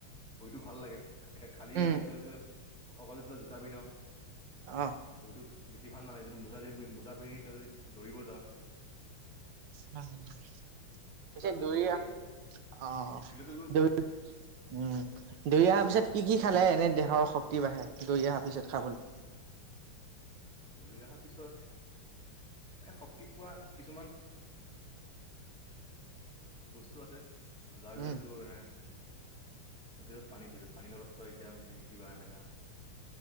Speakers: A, in the centre; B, on the right.
A: ভৰিটো ভাল লাগে। খালী
B: উম
A: তই জই অকল জোতা পিন্ধ।
B: অ
A: ভৰিটো। বেছি ভাল নালাগে, যদি মোজা মোজা পিন্ধি তই যদি দৌৰিব যাওঁ।
B: <unintelligible> পিছে
A: দৌৰিব
B: দৌৰি
A: পাৰি
B: অহ,
A: ফিল্ডত দৌৰিব পাৰি
B: উম ধৰি অহাৰ পিছত কি কি কি খালে এনে দেহৰ শক্তি বাঢ়ে দৌৰি অহাৰ পিছত খাবলে
A: দৌৰি অহাৰ পিছত এনে শক্তি পোৱা কিছুমান বস্তু আছে। যাৰ ভিতৰত
B: উম
A: তোৰ এনে এ ধৰি লোৱা পানী ধৰিছোৱা পানীৰ লগতো এতিয়া কিবা এনেকা